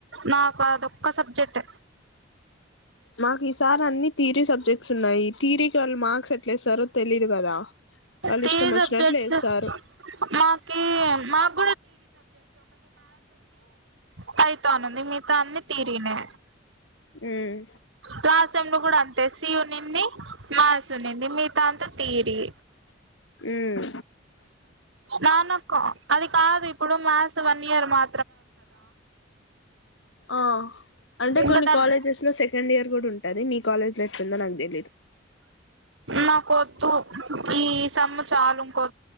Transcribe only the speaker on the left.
మాకు ఈసారి అన్ని థిరీ సబ్జెక్ట్స్ ఉన్నాయి థిరీకి వాళ్ళు మార్క్స్ ఎట్లేస్తారో తెలిదు కదా వాళ్ళు
ఇష్టం వచ్చినట్లు
ఏస్తారు.
ఉమ్
ఉమ్
ఆ అంటే
కొన్ని
కాలేజెస్ లో సెకండ్ ఇయర్ కూడా ఉంటుంది మీ కాలేజీలో ఎట్లుంటదో నాకు తేల్